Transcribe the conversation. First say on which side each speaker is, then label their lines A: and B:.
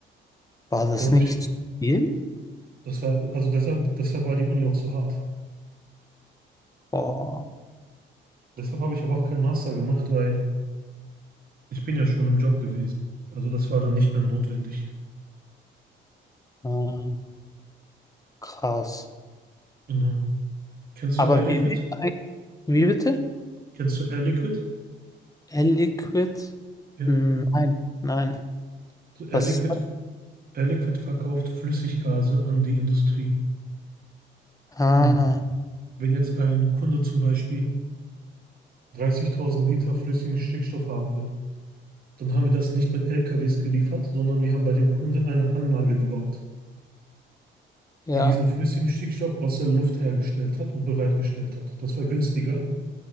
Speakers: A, on the left; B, on the right.
A: War das
B: Dann habe
A: nicht
B: ich,
A: zu viel?
B: das war, also deshalb, deshalb war die Uni auch so hart.
A: Boah,
B: Deshalb habe ich aber auch keinen Master gemacht, weil ich bin ja schon im Job gewesen. Also das war dann nicht mehr notwendig.
A: ähm, krass.
B: Genau. Kennst
A: Aber
B: du Air Liquid?
A: wie, sieht's eigentlich- wie bitte?
B: Kennst du Air Liquid?
A: L-Liquid?
B: Ja.
A: Nein, nein.
B: So Air
A: Was?
B: Liquid, Air Liquid verkauft Flüssiggase an die Industrie.
A: Ah,
B: Hm. Wenn jetzt ein Kunde zum Beispiel 30.000 Liter flüssigen Stickstoff haben will, dann haben wir das nicht mit LKWs geliefert, sondern wir haben bei dem Kunden eine Anlage gebaut.
A: ja.
B: die diesen flüssigen Stickstoff aus der Luft hergestellt hat und bereitgestellt hat. Das war günstiger,